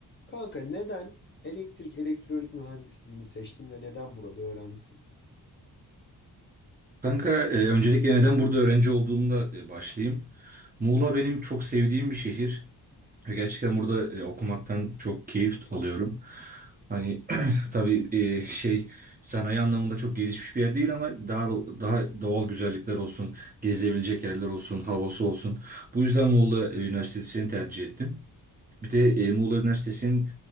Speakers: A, on the left (about 30°); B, on the right (about 20°).
A: Kanka neden elektrik elektronik mühendisliğini seçtin ve neden burada öğrencisin?
B: Kanka, e, öncelikle neden burada öğrenci olduğumda e, başlayayım. Muğla benim çok sevdiğim bir şehir. E, Gerçekten burada e, okumaktan çok keyif alıyorum. Hani <clears throat> tabii e, şey sanayi anlamında çok gelişmiş bir yer değil ama daha daha doğal güzellikler olsun, gezebilecek yerler olsun, havası olsun. Bu yüzden Muğla e, Üniversitesi'ni tercih ettim. Bir de e, Muğla Üniversitesi'nin